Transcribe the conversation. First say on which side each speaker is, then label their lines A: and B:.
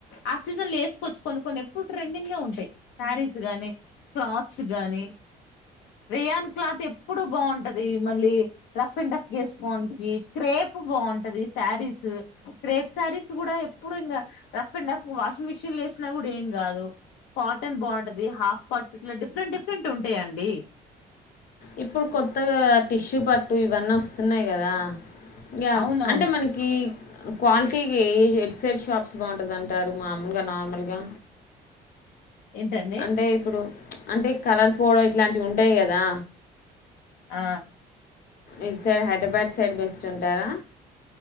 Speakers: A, on the left (about 80°); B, on the left (about 60°).
A: ఆ సీజన్ లో వేసుకోవచ్చు కొన్ని కొన్ని ఎప్పుడు ట్రెండింగ్ ఉంటాయి శారీస్ గాని క్లాత్స్ గాని రియాన్ క్లాత్ ఎప్పుడు బాగుంటది మళ్ళీ రఫ్ అండ్ అఫ్ వేసుకోవడానికి క్రేప్ బాగుంటది శారీస్ క్రేప్ శారీస్ కూడా ఎప్పుడు ఇంకా rough and of washing machine వేసినా కూడా ఏం కాదు కాటన్ బాగుంటది హాఫ్ పర్టికులర్ డిఫరెంట్ డిఫరెంట్ ఉంటాయిండి
B: ఇప్పుడు కొత్తగా టిష్యూ పట్టు ఇవన్నీ వస్తున్నాయి కదా ఇంకా
A: అవునవును
B: అంటే మనకి క్వాలిటీకి ఏ హెడ్ సైడ్ షాప్స్ బాగుంటుంది అంటారు మామూలుగా నార్మల్గా
A: ఏంటండి
B: అంటే ఇప్పుడు అంటే కలర్ పోవడం ఇట్లాంటివి ఉంటాయి కదా
A: ఆ
B: ఈ సైడ్ హైదరాబాద్ సైడ్ బెస్ట్ ఉంటారా